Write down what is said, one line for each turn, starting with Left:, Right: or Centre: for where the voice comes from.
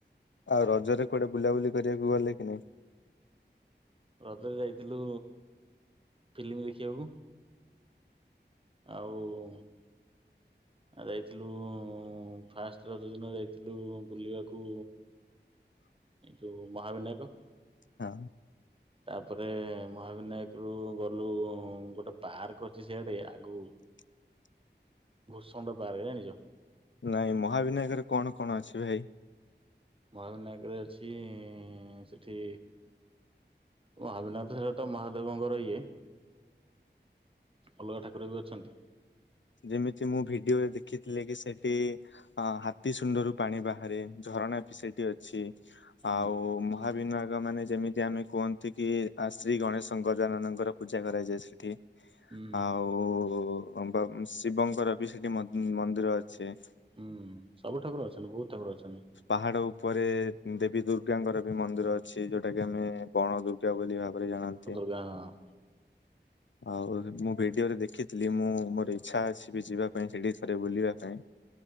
Left: ଆଉ ରଜରେ କୁଆଡେ ବୁଲାବୁଲି କରିବାକୁ ଗଲେ କି ନାଇଁ?
Right: ରଜରେ ଯାଇଥିଲୁ ଫିଲିମି ଦେଖିବାକୁ। ଆଉ ଆ ଯାଇଥିଲୁ ଫାଷ୍ଟ ରଜ ଦିନ ଯାଇଥିଲୁ ବୁଲିବାକୁ ଏଇ ଯୋଉ ମହାବିନାୟକ।
Left: ହଁ।
Right: ତାପରେ ମହାବିନାୟକ ରୁ ଗଲୁ ଗୋଟେ ପାର୍କ ଅଛି ସେଆଡ଼େ, ଆଗକୁ।
Left: <inaudible>
Right: ଭୂଷଣ୍ଡ ପାର୍କ ଜାଣିଚ?
Left: ନାଇଁ ମହାବିନାୟକରେ କଣ କଣ ଅଛି ଭାଇ?
Right: ମହାବିନାୟକରେ ଅଛିଁ ସେଠି ମହାବିନାୟକ ତ ସେଟା ତ ମହାଦେବଙ୍କର ଇଏ। ଅଲଗା ଠାକୁର ବି ଅଛନ୍ତି।
Left: ଯେମିତି ମୁଁ ଭିଡ଼ିଓରେ ଦେଖିଥିଲି କି ସେଠି ଅ ହାତୀ ସୁଣ୍ଢରୁ ପାଣି ବାହାରେ ଝରଣା ବି ସେଇଠି ଅଛି
Right: ହଁ
Left: ଆଉ ମହା ହାବିନାୟକ ମାନେ ଯେମିତି ଆମେ କୁହନ୍ତି କି ଶ୍ରୀ ଗଣେଶ ଗଜାନନଙ୍କର ପୂଜା କରାଯାଏ ସେଠି।
Right: ହୁଁ
Left: ଆଉ ବା ଶିବଙ୍କର ବି ସେଠି ମ ମନ୍ଦିର ଅଛି।
Right: ହୁଁ ହୁଁ ସବୁଠାର ଅଛନ୍ତି ବହୁତ ଠାକୁର ଅଛନ୍ତି।
Left: ପାହାଡ଼ ଉପରେ ଦେବୀ ଦୁର୍ଗାଙ୍କର ବି ମନ୍ଦିର ଅ ଛି ଯୋଉଟା କି ଆମେ ବଣ ଦୁର୍ଗା ବୋଲି ଭାବରେ ଜାଣନ୍ତି।
Right: ଯା ହଁ।
Left: ଆଉ ମୁଁ ଭିଡ଼ିଓରେ ଦେଖିଥିଲି ମୁଁ ମୋର ଇଚ୍ଛା ଅଛି ବି ଯିବା ପାଇଁ ସେଠି ଥରେ ବୁଲିବା ପାଇଁ।